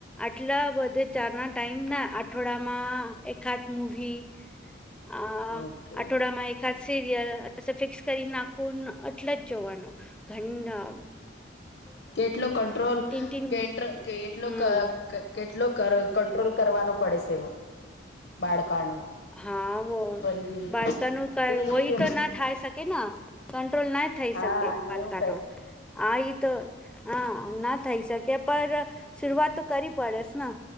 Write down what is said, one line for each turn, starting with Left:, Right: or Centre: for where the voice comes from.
Centre: આટલા બધા જાના ટાઈમ ના આઠવાડા માં એકાદ મુવી અ
Left: ઓકે
Centre: આઠોડામાં એકાદ સિરિયલ ફિક્સ કરી નાખું એટલ જ જોવાનું ઘણી અ
Left: કેટલો કંટ્રોલ
Centre: તીન તીન
Left: કે કેટલો
Centre: હમ
Left: ક ક કેટલો કરલ કંટ્રોલ કરવાનો પડે છે, એમાં બાળકાનું
Centre: હા
Left: ફરી
Centre: બાળકાનું કઈ
Left: ટીવી
Centre: વય તો ના થાય શકે ના કંટ્રોલ ના થઈ
Left: હા
Centre: શકે બાલકા
Left: એવું કઈ
Centre: નો આ તો હ ના થઈ શકે પર શરૂઆત તો કરવી પડેસ ને